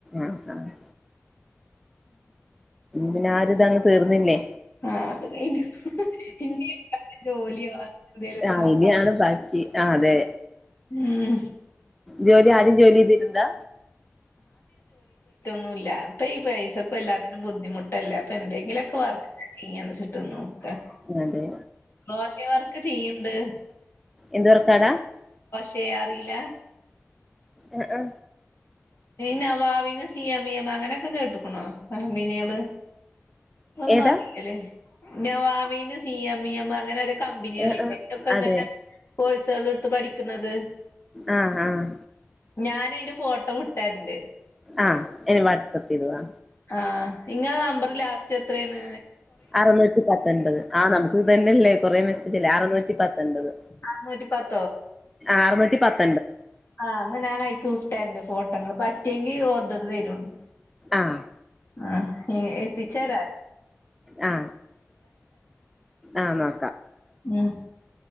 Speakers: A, in the centre; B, on the left (about 55°).
A: ആഹ് ആഹ് പിന്നെ ആരു ഇതാണ്ങ് തീർന്നില്ലേ
B: ആ അത് <unintelligible> ജോലിയ എന്തല ഇപ്പ
A: ആഹ്
B: നോക്കണം
A: ഇനിയാണ് <unintelligible> ആ അതെ
B: ഉം
A: ജോലി ആരും ജോലി ചെയ്തിട്ടന്താ
B: <unintelligible> അപ്പൊ ഈ പൈസൊക്കെ എല്ലാത്തിനും ബുദ്ധിമുട്ടല്ല അപ്പൊ എന്തെങ്കിലുമൊക്കെ വർക്ക ചെയ്യെച്ചിട്ടന്നോ <unintelligible>
A: അതെ
B: വർക്ക് ചെയ്യണ്ട്
A: എന്ത്വർക്കാടാ
B: ചെയേ അറില
A: ആ ആ
B: ന വവിന സിയമിയമ അങ്ങനെയൊക്കെ കേട്ടക്കണോമ്പനീട് ഒന്നും
A: ഏതാ
B: അറല്ലേ നവാബിന് സി എം ഇ എം അങ്ങനെ കമ്പനികൾല്ലൊക്കെ
A: ആഹ് ആഹ്
B: അങ്ങനെ
A: അതെ
B: പോഴസക എടുത്ത് പഠിക്കുന്നത്
A: ആഹ് ആഹ്
B: ഞൻ അതിന്റെ ഫോട്ടോ വിട്ടാനുണ്ട്
A: ആ ഇനി വാട്സആപ്പ് ചെയ്തുവാ
B: ആ നിങ്ങളെ നമ്പർ ലാസ്റ്റ് എത്രയാണ്
A: അറുന്നൂറ്റി പത്തൊൻപത് ആ നമുക്ക് ഇത്തന്നെയല്ലേ കൊറെേ മെസ്സേജ അല്ലേ അറുന്നൂറ്റി പത്തൊൻപത്
B: ആ മ പ
A: ആറനൂറ്റി പത്ത്
B: ആഹ് എന്നാ ഞാൻയിക്ക വിട്ടേണ്ട് ഫോട്ടോങ്ങൾ പറ്റിയെങ്കി ഓർതത് വരുുംണ്ട്
A: ആഹ്
B: ആഹ പചർ
A: ആ ആമാ
B: ഉം